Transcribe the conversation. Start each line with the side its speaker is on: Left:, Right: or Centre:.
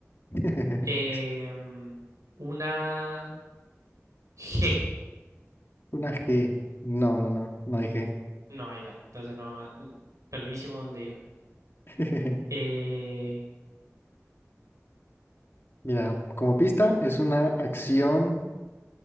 Left: <laughs>
Right: Em, una G.
Left: Una G. No, no, no, no hay G.
Right: No, ya. Entonces no. Perdidísimo dónde iba.
Left: <laughs>
Right: Eh,
Left: Mira, como pista es una acción